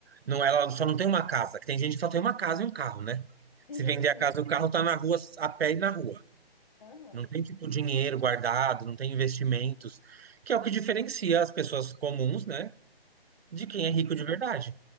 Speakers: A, on the right; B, on the left.
A: não, ela só não tem uma casa. Tem gente que só tem uma casa e um carro, né?
B: <laughs> Exatamente.
A: Se vender a casa e o carro, tá na rua, a pé e na rua.
B: Aham.
A: Não tem, tipo, dinheiro guardado, não tem investimentos, que é o que diferencia as pessoas comuns, né, de
B: Sim.
A: quem é rico de verdade.